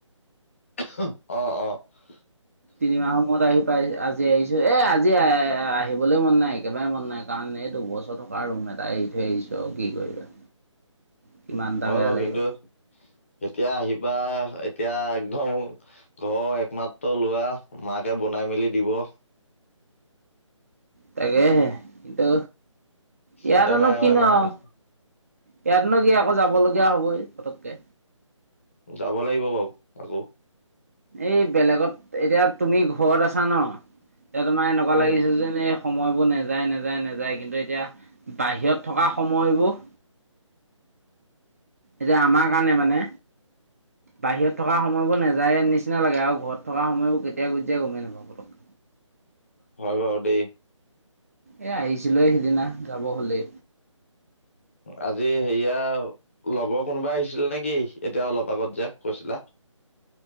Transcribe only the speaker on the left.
অহ - অহ
হয়
বাৰু
কিন্তু এতিয়া আহিব বা এতিয়া একদম ঘৰৰ একমাত্ৰ লোৱা মাকে বনাই মেলি দিব <inaudible>
চিন্তা
নাই আৰু
এমাহ
হলে
যাব লাগিব বাৰু আকৌ।
উম
হয়, বাৰু দেই।
আজি হেৰিয়া লগৰ কোনোবা আহিছিল নেকি এতিয়া অলপ আগত যে কৈছিলা?